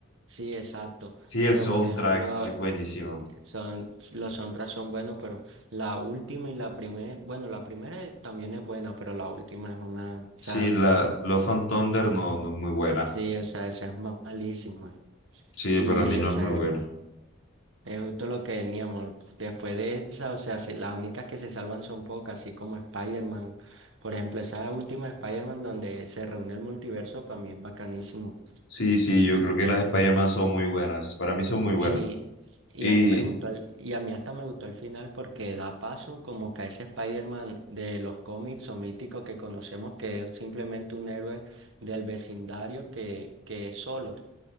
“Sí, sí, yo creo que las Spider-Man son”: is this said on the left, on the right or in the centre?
Left